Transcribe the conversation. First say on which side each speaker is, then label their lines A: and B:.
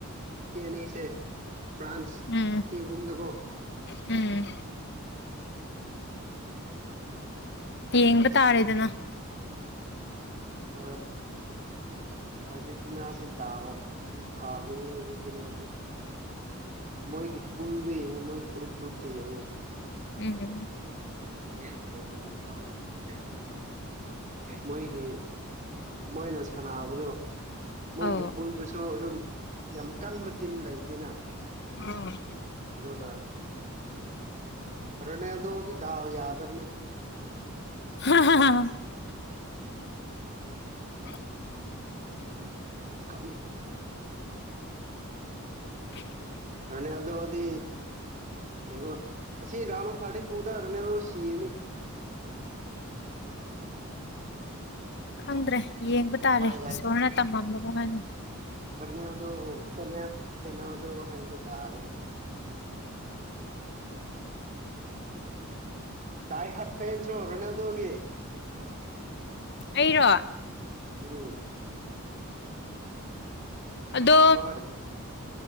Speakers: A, on the right; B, on the left.
A: ꯀꯅꯤꯁ ꯐ꯭ꯔꯥꯟꯁ
B: ꯎꯝ
A: ꯄ ꯑꯍꯨꯝꯗꯀꯣ
B: ꯎꯝ ꯌꯦꯡꯕ
A: ꯑꯁ
B: ꯇꯥꯔꯦꯗꯅ
A: ꯍꯣꯏ ꯑꯔꯖꯦꯟꯇꯤꯅꯥ ꯑꯁꯦ ꯗ ꯌꯥꯝ ꯐꯥꯎꯅꯤ ꯑꯔꯖꯦꯟꯇꯤꯅꯥ ꯑꯁꯦ ꯃꯣꯏꯒꯤ ꯄꯨꯜꯗ ꯌꯦꯡꯉꯨ ꯃꯣꯏ ꯒ꯭ꯔꯨꯞ ꯒ꯭ꯔꯨꯞꯇ ꯌꯦꯡꯉꯨ
B: ꯎꯝꯝ
A: ꯅꯦꯜ ꯐ꯭ꯔꯣ ꯇꯝ ꯀꯦꯇꯔ ꯃꯣꯏꯣꯏꯒꯤ ꯃꯣꯏꯅ ꯁꯥꯟꯅꯕꯗꯣ ꯃꯣꯏꯒꯤ
B: ꯑꯧ
A: ꯄꯨꯜꯗꯨꯁꯨ ꯑꯗꯨꯝ ꯌꯥꯝ ꯀꯟꯕ ꯇꯤꯝ ꯂꯩꯇꯦꯅ
B: ꯑꯥ
A: ꯑꯗꯨꯒ ꯔꯅꯗꯣꯗꯤ ꯗꯥꯎ ꯌꯥꯗ ꯑꯃꯅꯤꯅꯤ
B: <unintelligible> <unintelligible>
A: ꯀꯞꯂꯅꯤ
B: <unintelligible>
A: ꯐꯅ ꯑꯗꯣꯗꯤ ꯏꯉꯣ ꯑꯁꯤ ꯔꯥꯎꯅꯣ ꯐꯔꯇꯤ ꯇꯨꯗꯔꯅꯦ ꯁꯤꯅꯤ <unintelligible>
B: ꯈꯪꯗ꯭ꯔꯦ ꯌꯦꯡꯕ ꯇꯥꯔꯦ
A: ꯎꯄꯥꯏ
B: ꯏꯁꯣꯔꯅ ꯇꯝꯃꯝꯕꯗ ꯍꯥꯏꯅ
A: ꯐꯅ ꯑꯗꯨꯣꯅ ꯑꯗꯨꯣ ꯍꯥꯏ ꯇꯥꯔ ꯗꯥꯏ ꯍꯥꯠ ꯄ ꯏꯟꯁ ꯑꯣꯏꯔꯅꯗꯧꯒꯦ
B: ꯑꯩꯔꯣ
A: ꯔꯨꯛ
B: ꯑꯗꯣ
A: ꯍꯣꯏ